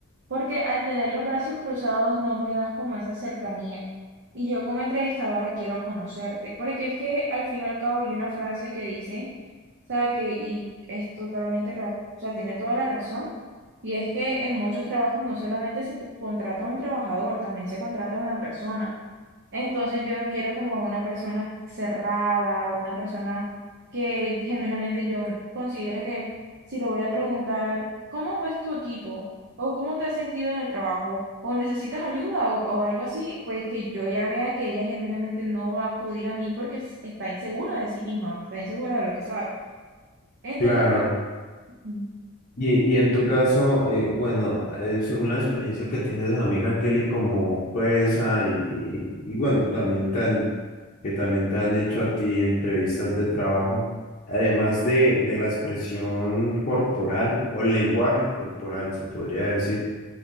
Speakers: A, on the right; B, on the left.
A: porque al tener los brazos cruzados no me das como esa cercanía. Y yo como entrevistadora quiero conocerte, porque es que al fin y al cabo hay una frase que dice, o sea, que y es totalmente, ra- o sea, tiene toda la razón, y es que en muchos trabajos no solamente se te contrata a un trabajador, también se contrata a una persona. Entonces yo no quiero como una persona cerrada, una persona que genuinamente yo considere que si le voy a preguntar, ¿cómo ves tu equipo? ¿O cómo te has sentido en el trabajo? ¿O necesitas ayuda o, o algo así? Pues que yo ya vea que ella genuinamente no va a acudir a mí porque s- está insegura de sí misma, está insegura de lo que sabe. Entonces,
B: Claro.
A: pues, mm,
B: Y, y en tu caso, eh, bueno, eh, según la experiencia que tienes de amiga Kelly como jueza y, y- y- bueno, también te han, que también te han hecho a ti entrevistas de trabajo, además de, de la expresión corporal o lenguaje corporal, se podría decir,